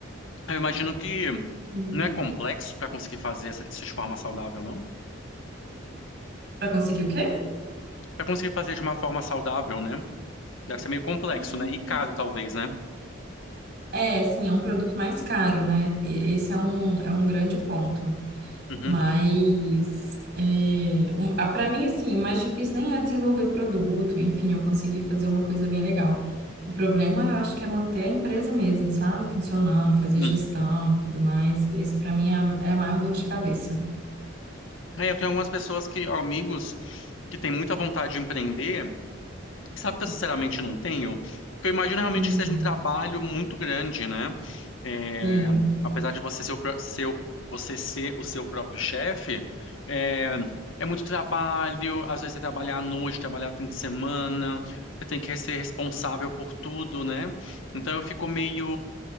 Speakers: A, on the left (about 75°); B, on the right (about 55°).
A: Eu imagino que
B: Hum.
A: não é complexo para conseguir fazer essa- isso de forma saudável, não?
B: Pra conseguir o quê?
A: Para conseguir fazer de uma forma saudável, né? Deve ser meio complexo,
B: Hum.
A: né? E caro, talvez, né?
B: É, sim, é um produto mais caro, né? E- Esse é um, é um grande ponto.
A: Uhum.
B: Mas, é, um- ah, para mim, assim, o mais difícil nem é desenvolver produto, enfim, eu consegui fazer uma coisa bem legal. O problema, eu acho que é manter a empresa mesmo, sabe? Funcionando, fazer
A: Hum.
B: gestão e tudo mais. Isso, para mim, é a, é a maior dor de cabeça.
A: É, eu tenho algumas pessoas que, amigos, que têm muita vontade de empreender, Sabe que eu sinceramente não tenho? Porque eu imagino realmente
B: Uhum,
A: que seja um trabalho muito grande, né? É,
B: Sim.
A: apesar de você ser o, pró- seu, você ser o seu próprio chefe, é, é muito trabalho, às vezes é trabalhar à noite, trabalhar fim de semana, você tem que ser responsável por tudo, né? Então eu fico meio,